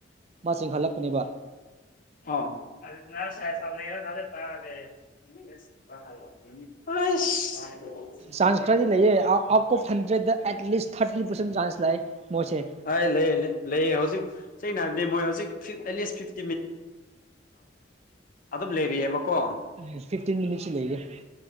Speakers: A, on the right (about 35°); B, on the left (about 45°).
A: ꯃꯥ ꯆꯤꯡꯈꯠꯂꯛꯄꯅꯦꯕ
B: ꯑꯗꯨ ꯆꯦ ꯇꯦ ꯇ
A: ꯆꯥꯟꯁ ꯈꯔꯗꯤ ꯂꯩꯌꯦ out of hundred at least thirty percent chance ꯂꯥꯛꯑꯦ ꯃꯣꯏꯁꯦ
B: ꯑꯩ ꯂꯩꯌꯦ ꯂꯩ ꯂꯩꯌꯦ ꯍꯧꯖꯤꯛ ꯁꯦꯡꯅ ꯍꯥꯏꯔꯕꯗꯤ ꯃꯣꯏ ꯍꯧꯖꯤꯛ ꯐꯤ ꯑꯦꯠꯂꯤꯁ ꯐꯤ ꯑꯗꯨꯝ ꯂꯩꯔꯤꯑꯕꯀꯣ
A: ꯎ ꯐꯤꯐꯇꯤꯟ ꯃꯤ ꯂꯩꯦ